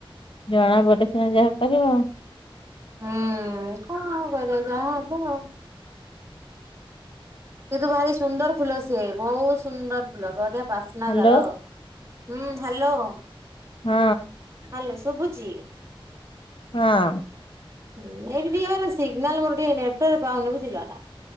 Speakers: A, on the left; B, on the right.
A: ଜଣା ପଡିଲେ ସିନା ଯାହା କରିବ।
B: ହୁଁ, କଣ କରିଆ ଯାହା ହବ ଆଉ। କିତୁ ଭାରି ସୁନ୍ଦର ଫୁଲ ସିଏ। ବହୁତ ସୁନ୍ଦର ଫୁଲ। ବଢିଆ ବାସ୍ନା
A: ହ୍ୟାଲୋ
B: ତାର। ହୁଁ, ହ୍ୟାଲୋ।
A: ହୁଁ।
B: ହ୍ୟାଲୋ ଶଭୁଛି?
A: ହଁ।
B: ହୁ ଏଇଠ ଟିକେ ମ ସି୍ଗିନାଲ ମୋର ଟିକେ ନେଟାର୍କ ପାଉନି ବୁଝିଲ ନା।